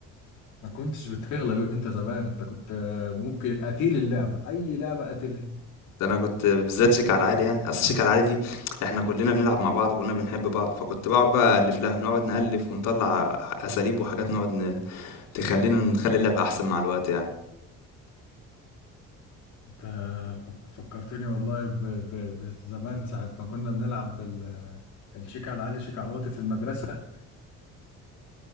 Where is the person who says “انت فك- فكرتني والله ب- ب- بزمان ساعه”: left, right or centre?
Left